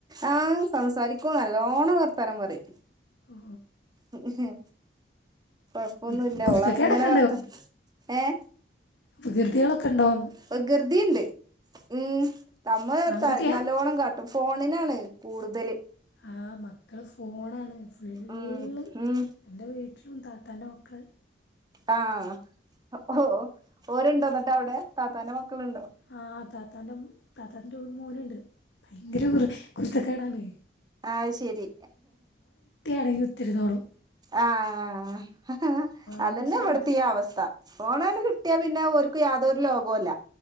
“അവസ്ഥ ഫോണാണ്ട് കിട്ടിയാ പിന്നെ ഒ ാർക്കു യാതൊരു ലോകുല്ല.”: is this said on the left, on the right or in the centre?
Right